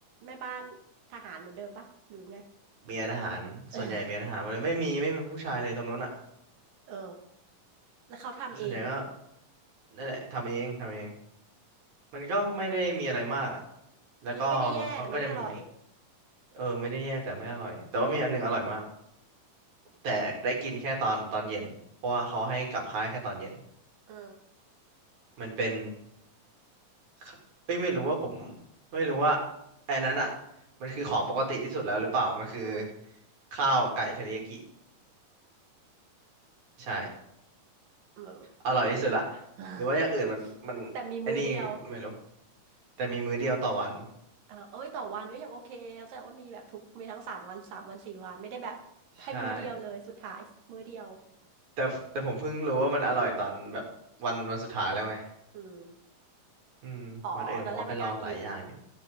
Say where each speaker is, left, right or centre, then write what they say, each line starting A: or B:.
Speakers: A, on the right (about 80°); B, on the right (about 60°).
A: แม่บ้านทหารเหมือนเดิมปะหรือไง
B: เมียทหารส่วนใหญ่เมียทหารหมดเลยไม่มีไม่มีผู้ชายเลยตรงนู้นอ่ะ
A: เออเออแล้วเขาทำเอง
B: ส่วนใหญ่ก็นั่นแหละทำเองทำเองมันก็ไม่ได้มีอะไรมากอ่ะแล้วก็มันเขาก็จะมี
A: มันก็ไม่ได้แย่แต่มันไม่อร่อย
B: เออไม่ได้แย่แต่ไม่อร่อยแต่ว่ามีอันหนึงอร่อยมากแต่ได้กินแค่ตอนตอนเย็นเพราะว่าเขาให้กลับค่ายแค่ตอนเย็น
A: เออ
B: มันเป็นขเอ้ยไม่รู้ว่าผมไม่รู้ว่าไอ้นั้นอ่ะมันคือของปกติที่สุดแล้วหรือเปล่ามันคือ
A: เออ
B: ข้าวไก่เทริยากิใช่
A: เออ
B: อร่อยที่สุดละ
A: <laughs>
B: หรือว่าอย่างอื่นมันมันไอ้นี่ไม่รู้
A: แต่มีมื้อเดียว
B: แต่มีมื้อเดียวต่อวัน
A: อ่าเอ้ยต่อวันก็ยังโอเคเข้าใจว่ามีแบบทุก มีทั้งสามวันสามวันสี่วันไม่ได้แบบให้มื้อเดียวเลย
B: ใช่
A: สุดท้ายมื้อเดียว
B: แต่แต่ผมเพิ่งรู้ว่ามันอร่อยตอนแบบวันวันสุดท้ายแล้วไง
A: อืม
B: อืมวันอื่นผมก็ไปลองหลายอย่างอยู่
A: อ๋อตอนแรกไม่กล้ากิน